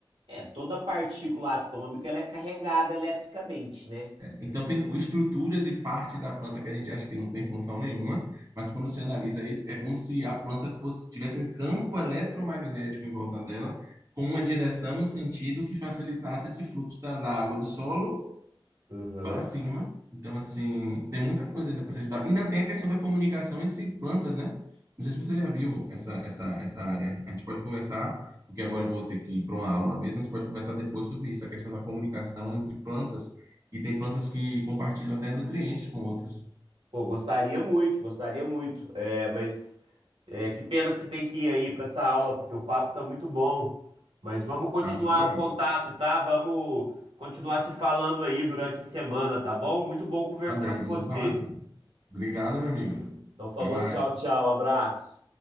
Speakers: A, on the right; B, on the right.
A: É, toda partícula atômica ela é carregada eletricamente, né?
B: Então, tem estruturas e parte da planta que a gente acha que não tem função nenhuma, mas quando se analisa isso, é como se a planta fosse, tivesse um campo eletromagnético em volta dela, com uma direção, um sentido que facilitasse esse fluxo da, da água do solo
A: Uhum.
B: para cima. Então, assim, tem muita coisa ainda para se estudar. Ainda tem a questão da comunicação entre plantas, né? Não sei se você já viu essa, essa, essa área. A gente pode conversar, porque agora eu vou ter que ir para uma aula mesmo. A gente pode conversar depois sobre isso, a questão da comunicação entre plantas. E tem plantas que compartilham até nutrientes com outras.
A: Pô, gostaria muito, gostaria muito. É, mas é, que pena que você tem que ir aí para essa aula, porque o papo tá muito bom. Mas vamos continuar
B: Tá muito legal.
A: o contato, tá? Vamos continuar se falando aí durante a semana, tá bom? Muito bom conversar
B: Tá bem,
A: com
B: vamos
A: você.
B: falar assim. Obrigado, meu amigo.
A: Então falou,
B: Até mais.
A: tchau, tchau, abraço.